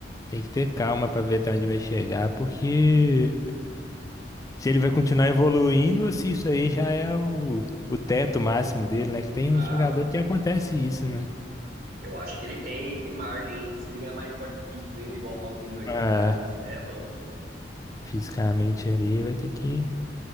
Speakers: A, on the left; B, on the right.
A: Tem que ter calma pra ver até onde vai chegar, porque se ele vai continuar evoluindo ou se isso aí já é o, o teto máximo dele, né? Que tem
B: Ah,
A: uns jogadores que acontece isso, né?
B: eu acho que ele tem, tem margem, hein? Se ele ganhar mais porte físico ainda, igual o Ronaldinho ganhou,
A: Ah,
B: cara, você é louco.
A: fisicamente ali vai ter que